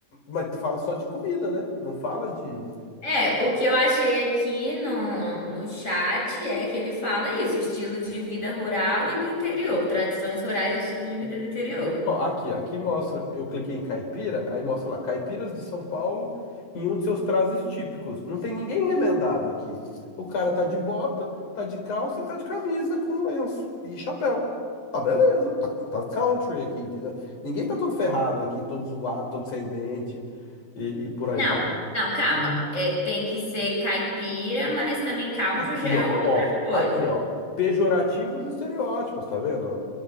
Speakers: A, on the left (about 75°); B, on the left (about 20°).
A: mas fala só de comida, né? Não fala de,
B: é, o que eu achei aqui no, no chat é que ele fala isso, estilo de vida rural e do interior, tradições rurais e estilo de vida do interior.
A: Ó, aqui, ó, aqui mostra, eu cliquei em caipira, aí mostra lá, caipiras de São Paulo em um de seus trajes típicos. Não tem ninguém remendado aqui. O cara tá de bota, tá de calça e tá de camisa com lenço e chapéu. Tá beleza, tá, tá country aqui, entendeu? Ninguém tá todo ferrado aqui, todo zoado, todo sem dente e, e por
B: Não,
A: aí vai.
B: não, calma. É, tem que ser caipira, mas também country
A: Aqui,
B: já é
A: ó,
B: outra
A: ó,
B: coisa.
A: aqui, ó, pejorativos e estereótipos, tá vendo? ó?